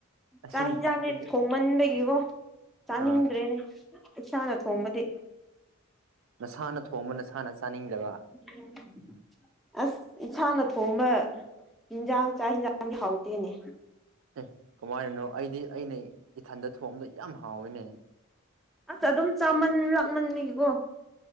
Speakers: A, on the right; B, in the centre.
A: ꯑꯁꯤꯅ
B: ꯆꯥꯛ ꯌꯦꯟꯁꯥꯡꯁ‌ꯦ
A: ꯇꯥꯛꯄꯗꯤ
B: ꯊꯣꯡꯃꯟꯕꯒꯤꯀꯣ ꯆꯥꯅꯤꯡꯗ꯭ꯔꯦꯅꯦ
A: ꯑꯥ
B: ꯏꯁꯥꯅ ꯊꯣꯡꯕꯗꯤ
A: ꯅꯁꯥꯅ ꯊꯣꯡꯕ ꯅꯁꯥꯅ ꯆꯥꯅꯤꯡꯗꯕ
B: <unintelligible> ꯑꯁ ꯏꯁꯟꯥꯅ ꯊꯣꯡꯕ ꯌꯦꯟꯁꯥꯡ ꯆꯥꯛ ꯌꯦꯟꯁꯥꯡꯗꯤ ꯍꯥꯎꯇꯦꯅꯦ
A: ꯑꯦ ꯀꯃꯥꯏꯅꯅꯣ ꯑꯩꯗꯤ ꯑꯩꯅ ꯏꯊꯟꯗ ꯊꯣꯡꯕꯗꫭ ꯌꯥꯝ ꯍꯥꯎꯋꯤꯅꯦ
B: ꯑꯁ ꯑꯗꯨꯝ ꯆꯥꯃꯟ ꯂꯥꯛꯃꯟꯕꯒꯤꯀꯣ